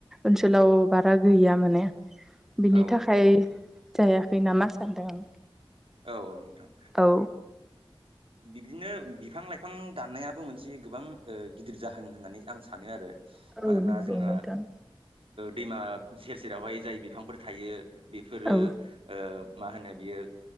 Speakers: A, in the centre; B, on the right.
A: ओनसोलाव बारा गैया माने बिनि
B: औ
A: थाखाय जायाखै नामा सानदों आं
B: औ औ नोंथां
A: औ
B: बिबदिनो बिफां लाइफां दाननायाबो मोनसे गोबां गिदिर जाहोन होननानै आं सानो आरो
A: औ
B: मानोना
A: नंगौ
B: जोंना
A: नोंथां
B: दैमा सेर सेरावहाय जाय बिफांफोर थायो बेफोरो
A: औ
B: ओ मा होनो बियो